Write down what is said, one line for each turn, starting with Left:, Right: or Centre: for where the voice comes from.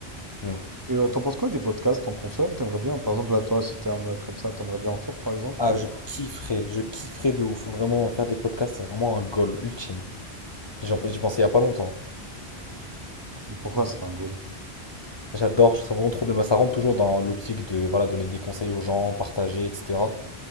Left: Mm.
Right: Et euh, t'en penses quoi des podcasts? T'en consommes? T'aimerais bien, par exemple, là, toi, si t'es un mec comme ça, t'aimerais bien en faire, par exemple?
Left: Ah,
Right: T'en...
Left: je
Right: fais-
Left: kifferais, je kifferais de ouf. Faut Vraiment, faire des podcasts, c'est vraiment un goal ultime. J'y en- j'y pensais il y a pas longtemps.
Right: Et Pourquoi ce serait un goal?
Left: J'adore, je trouve ça vraiment trop bien. Bah, ça rentre toujours dans l'optique de voilà, donner des conseils aux gens, partager, etc.